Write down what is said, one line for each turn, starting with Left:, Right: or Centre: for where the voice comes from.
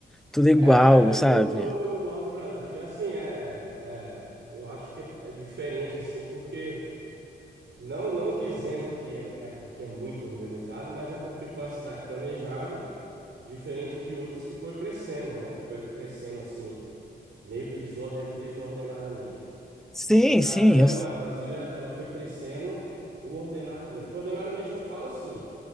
Centre: tudo igual,
Right: é, eu,
Centre: sabe?
Right: eu, eu, eu gosto de Brasília. Assim, é, é, eu acho que é, é diferente, assim, porque Não, não dizendo que é, é porque é muito organizado, mas é porque foi uma cidade planejada, diferente de outras que foi crescendo, né? Foram crescendo assim, meio que desorden, desordenadamente.
Centre: Sim,
Right: E Brasília
Centre: sim,
Right: não,
Centre: eu
Right: a Brasília ela foi crescendo ordenadamente. Ordenadamente que eu falo assim,